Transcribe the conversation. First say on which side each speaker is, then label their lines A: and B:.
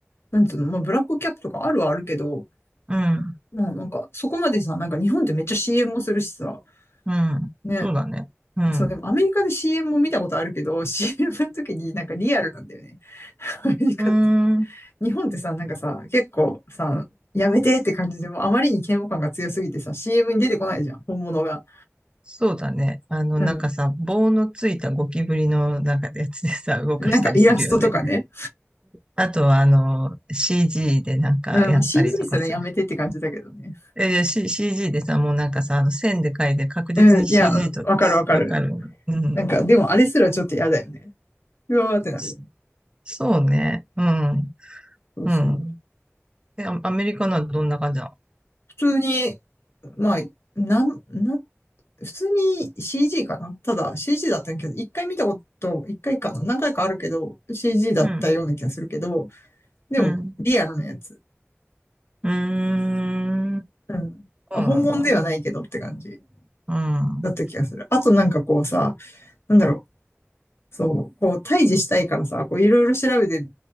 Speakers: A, on the left; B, on the right.
A: なんつうの、まあ、ブラックキャップとかあるはあるけど、
B: うん、
A: もうなんか、そこまでさ、なんか日本ってめっちゃ CM もするしさ、
B: うん、
A: ね。
B: そうだね。うん。
A: そう、でもアメリカで CM も見たことあるけど、<laughs> CM の時になんかリアルなんだよね。アメリカって。
B: うーん、
A: 日本ってさ、なんかさ、結構さ、やめてって感じで、もうあまりに嫌悪感が強すぎてさ、CM に出てこないじゃん、本物が。
B: そうだね。あの、
A: うん。
B: なんかさ、棒のついたゴキブリのなんかやつでさ、<laughs> 動かしたりするよね。
A: なんかイラストとかね。
B: あとは、あの、CG でなんかやったりとかす
A: うん、CG すらやめてって感じだけどね。
B: え、いや C- CG でさ、もうなんかさ、あの線で書いて確実に
A: うん、いや、
B: CG
A: うん、
B: とわかる。
A: わかるわかる。
B: うん。
A: なんか、でもあれすらちょっと嫌だよね。うわーってなるよね。
B: そそうね。うん。
A: そうそう。
B: うん。で、アアメリカのはどんな感じなの
A: 普通に、まあ、なん、な、普通に CG かなただ CG だったけど、一回見たこと、一回かな何回かあるけど、CG だったような気がするけど、
B: うん。
A: でも、
B: うん。
A: リアルなやつ。
B: うーん。
A: うん。
B: そうなんだ。
A: 本物ではないけどって感じ
B: うん。
A: だった気がする。あとなんかこうさ、なんだろう。そう、こう、対峙したいからさ、こう、いろいろ調べてっ